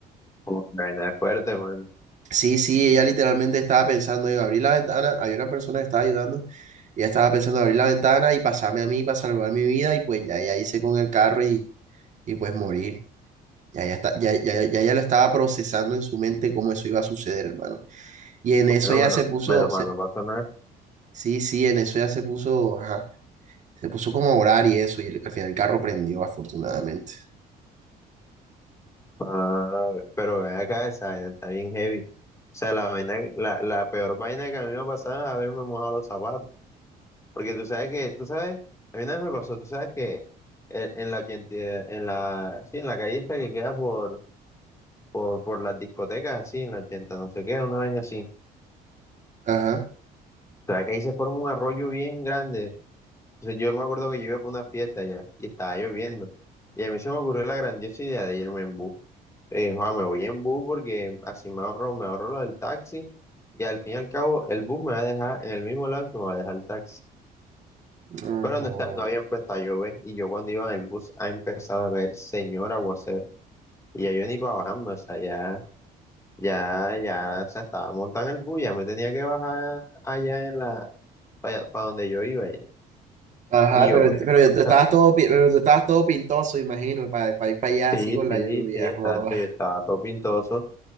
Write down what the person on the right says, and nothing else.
Sí, sí, ella literalmente estaba pensando en abrir la ventana. Había una persona que estaba ayudando. Ella estaba pensando en abrir la ventana y pasarme a mí para salvar mi vida. Y pues ya ella hice con el carro y, y pues morir. Ya ella, está, ya, ya, ya ella lo estaba procesando en su mente cómo eso iba a suceder, hermano. Y en
eso ya
se puso,
se-
sí, sí, en eso ya se puso, ajá, se puso como a orar y eso. Y al final el carro prendió, afortunadamente.
Ajá.
Ajá.
Ajá,
pero,
pero
tú estabas
todo, pi- pero tú estabas todo pintoso, imagino, para, para ir para allá
así con
la lluvia.
<laughs> joda.